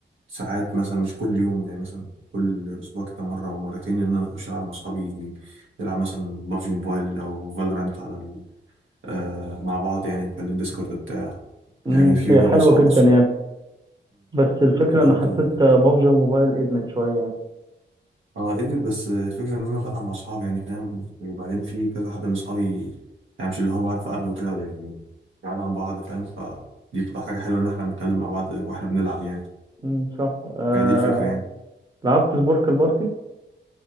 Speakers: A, on the right; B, on the right.
A: ساعات مثلا مش كل يوم يعني مثلا كل اسبوع كده مره او مرتين ان انا اخش العب مع اصحابي نلعب مثلا بابجي موبايل او فالورانت على آه مع بعض يعني نتكلم ديسكورد بتاع
B: امم
A: يعني في
B: هي
A: برضه
B: حلوه
A: صحاب
B: جدا يعني بس الفكره
A: في برضه
B: انا حسيت بابجي وموبايل ادمت شويه
A: اه ادمت بس الفكرة ان انا بلعب مع اصحابي يعني فاهم وبعدين في كذا حد من اصحابي يعني مش اللي هو بعرف اقابله كده يعني بعيد عن بعض فاهم فدي بتبقى حاجة حلوة ان احنا بنتكلم مع بعض واحنا بنلعب يعني
B: مم، صح آه...
A: هي دي الفكرة يعني
B: لعبت سبورك البارتي